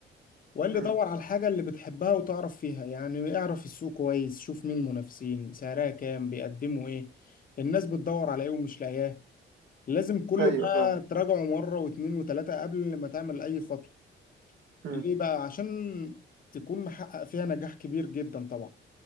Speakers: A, on the left; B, on the right.
A: وقال
B: امم
A: لي دور على الحاجه اللي بتحبها وتعرف فيها يعني اعرف السوق كويس شوف مين المنافسين سعرها كام بيقدموا ايه الناس بتدور على ايه ومش لاقياه لازم كل
B: ايوه
A: ده
B: فاهم
A: تراجعه مره واتنين وتلاته قبل ما تعمل اي خطوه
B: امم
A: ليه بقى عشان تكون محقق فيها نجاح كبير جدا طبعا